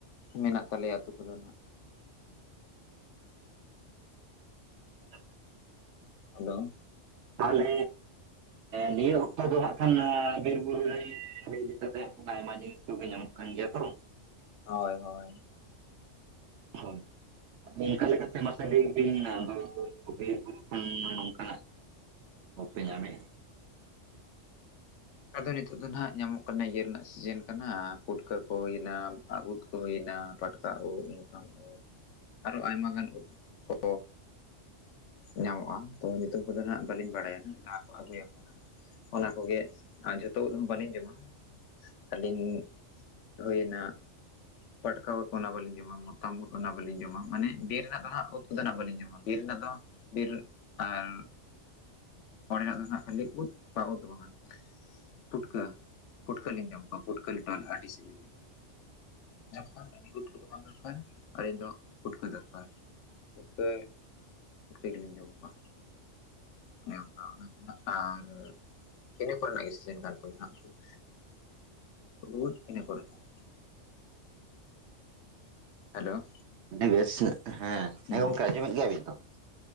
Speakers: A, on the left; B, on the right.
A: ᱢᱮᱱᱟᱜ ᱛᱟᱞᱮᱭᱟ ᱟᱛᱳ ᱠᱚᱫᱚ ᱱᱟᱜ,
B: <unintelligible>
A: ᱦᱮᱞᱳ,
B: ᱛᱟᱦᱚᱞᱮ ᱱᱤᱭᱟᱹ ᱚᱠᱛᱚ ᱫᱚ ᱦᱟᱸᱜ ᱠᱷᱟᱱ ᱵᱤᱨ ᱵᱩᱨᱩ ᱨᱮ᱾ ᱤᱫᱤ ᱠᱟᱛᱮ ᱟᱭᱢᱟ ᱡᱤᱱᱤᱥ ᱠᱚᱜᱮ ᱧᱟᱢᱚᱜ ᱠᱟᱱ ᱜᱮᱭᱟ ᱛᱚ,
A: ᱦᱳᱭ ᱦᱳᱭ᱾
B: <unintelligible> ᱟᱫᱚ ᱚᱱᱠᱟ ᱞᱮᱠᱟᱛᱮ ᱢᱟᱥᱮ ᱞᱟᱹᱭ ᱵᱤᱱ ᱵᱤᱨ ᱵᱩᱨᱩ ᱠᱷᱚᱱ ᱱᱚᱝᱠᱟᱱᱟᱜ ᱱᱚᱜᱼᱚᱭ ᱯᱮ ᱧᱟᱢᱮᱜᱼᱟ᱾
A: ᱟᱫᱚ ᱱᱤᱛᱚᱜ ᱫᱚ ᱱᱟᱦᱟᱜ ᱧᱟᱢᱚᱜ ᱠᱟᱱᱟ ᱤᱭᱟᱹ ᱨᱮᱱᱟᱜ ᱥᱤᱡᱤᱱ ᱠᱟᱱᱟ ᱯᱷᱩᱴᱠᱟᱹ ᱠᱚ ᱦᱩᱭᱮᱱᱟ ᱩᱫ, ᱠᱩ ᱦᱩᱭᱱᱟ᱾ ᱯᱟᱴᱠᱟ ᱩᱫ ᱢᱚᱛᱟᱢ ᱩᱫ ᱟᱨᱚ ᱟᱭᱢᱟ ᱜᱟᱱ ᱩᱫ ᱠᱚ, ᱧᱟᱢᱚᱜᱼᱟ ᱛᱚ ᱧᱩᱛᱩᱢ ᱠᱚᱫᱚ ᱱᱟᱜ ᱵᱟᱹᱞᱤᱧ ᱵᱟᱲᱟᱭᱟ ᱡᱟᱦᱟᱸ ᱠᱚ ᱟᱹᱜᱩᱭ ᱟᱠᱚ ᱦᱟᱸᱜ ᱚᱱᱟ ᱠᱚᱜᱮ, ᱟᱨ ᱡᱷᱚᱛᱚ ᱩᱫ ᱦᱚᱸ ᱵᱟᱹᱞᱤᱧ ᱡᱚᱢᱟ ᱟᱹᱞᱤᱧ ᱦᱩᱭᱱᱟ᱾ ᱯᱟᱴᱠᱟ ᱩᱫ ᱚᱱᱟ ᱵᱟᱹᱞᱤᱧ ᱡᱚᱢᱟ ᱢᱚᱛᱟᱢ ᱩᱫ ᱚᱱᱟ ᱵᱟᱹᱞᱤᱧ ᱡᱚᱢᱟ ᱢᱟᱱᱮ ᱵᱤᱨ ᱨᱮᱱᱟᱜ ᱫᱚ ᱦᱟᱸᱜ ᱩᱫ ᱠᱚᱫᱚ ᱱᱟᱜ ᱵᱟᱹᱞᱤᱧ ᱡᱚᱢᱟ ᱵᱤᱨ ᱨᱮᱱᱟᱜ ᱫᱚ ᱵᱤᱨ ᱟᱨ, ᱚᱸᱰᱮᱱᱟᱜ ᱫᱚ ᱱᱟᱜ ᱠᱷᱟᱹᱞᱤ ᱳᱫ, ᱳᱫ ᱫᱚ ᱵᱟᱝᱼᱟ ᱯᱩᱴᱠᱟᱹ᱾ ᱯᱩᱴᱠᱟᱹ ᱞᱤᱧ ᱡᱚᱢ ᱠᱚᱣᱟ, ᱯᱩᱴᱠᱟᱹ ᱞᱮᱴᱚ, ᱟᱹᱰᱤ, ᱥᱤᱵᱤᱞᱟ᱾ <unintelligible> ᱟᱹᱞᱤᱧ ᱫᱚ, ᱫᱚ ᱯᱩᱴᱠᱟᱹ ᱫᱚᱨᱠᱟᱨ᱾ <unintelligible> ᱯᱩᱴᱠᱟᱹ ᱜᱮᱞᱤᱧ ᱡᱚᱢ ᱠᱚᱣᱟ ᱚᱱᱮ ᱚᱱᱠᱟ, ᱚᱱᱟ ᱠᱚᱱᱟᱜ ᱟᱨ, ᱤᱱᱟᱹ ᱠᱚᱨᱮᱱᱟᱜ ᱜᱮ, ᱥᱤᱡᱮᱱ ᱠᱟᱱ ᱛᱟᱵᱮᱱᱟ᱾ ᱩᱫ, ᱩᱫ, ᱤᱱᱟ ᱠᱚᱨᱮᱱᱟᱜ ᱜᱮ᱾ ᱦᱮᱞᱳ
B: ᱟᱹᱰᱤ ᱵᱮᱥ, ᱦᱮᱸ,
A: ᱦᱩᱸ
B: ᱦᱮᱸ, ᱜᱚᱢᱠᱮ ᱟᱸᱡᱚᱢᱮᱫ ᱜᱮᱭᱟᱵᱤᱱ ᱛᱚ <inaudible>